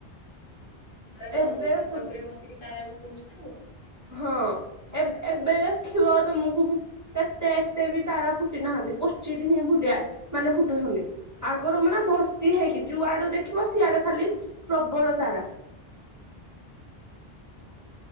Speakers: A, on the left; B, on the right.
A: ରେ କଣ
B: ଏବେ
A: ଛାତ
B: ହଁ
A: ଉପରେ ବସିକି ତାରା ଗଣୁଛି ତ।
B: ହଁ ଏବେ ଦେଖିବ ତମକୁ କେତେ ଏତେ ବି ତାରା ଫୁଟି ନାହାନ୍ତି କଚିଦ ହିଁ ଫୁଟିଆ ମାନେ ଫୁଟୁଛନ୍ତି। ଆଗରୁ ମାନେ ଭର୍ତ୍ତି ହେଇକି ଯୋଉ ଆଡୁ ଦେଖିବ ସିଆଡେ ଖାଲି ପ୍ରବଳ ତାରା।